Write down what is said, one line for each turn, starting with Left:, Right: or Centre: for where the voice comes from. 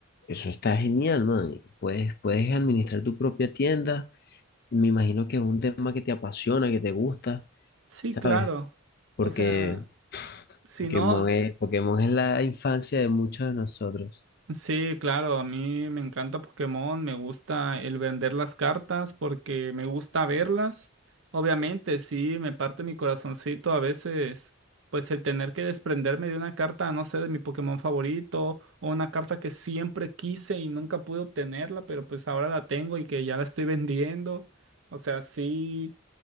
Left: eso está genial, man. Puedes, puedes administrar tu propia tienda. Me imagino que es un tema que te apasiona, que te gusta,
Right: Sí,
Left: ¿sabes?
Right: claro.
Left: Porque
Right: O sea, si
Left: Pokémon
Right: no,
Left: es, Pokémon es la infancia de muchos de nosotros.
Right: Sí, claro, a mí me encanta Pokémon, me gusta el vender las cartas porque me gusta verlas. Obviamente, sí, me parte mi corazoncito a veces, pues el tener que desprenderme de una carta, no sé, de mi Pokémon favorito o una carta que siempre quise y nunca pude obtenerla, pero pues ahora la tengo y que ya la estoy vendiendo. O sea, sí,